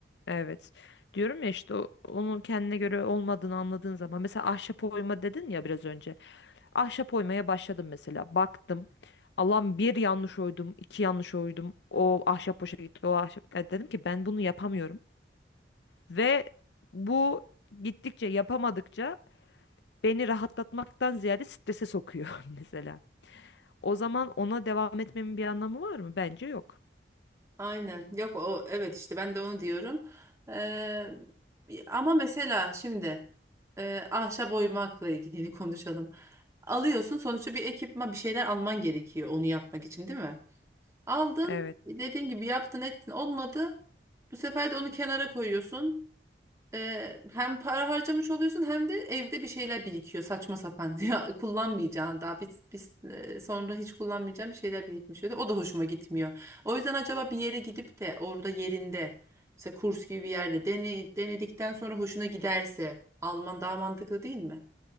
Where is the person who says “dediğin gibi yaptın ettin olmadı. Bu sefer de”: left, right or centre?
Right